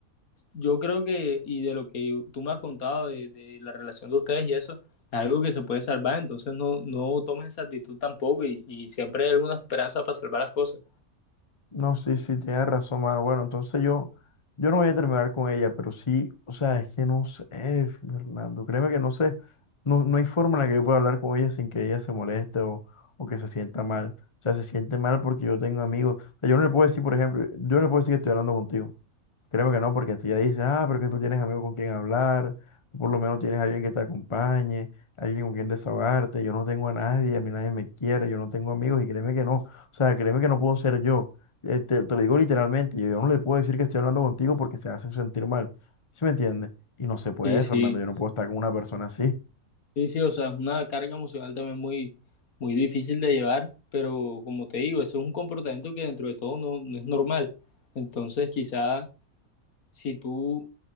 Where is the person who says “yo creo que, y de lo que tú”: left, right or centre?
Left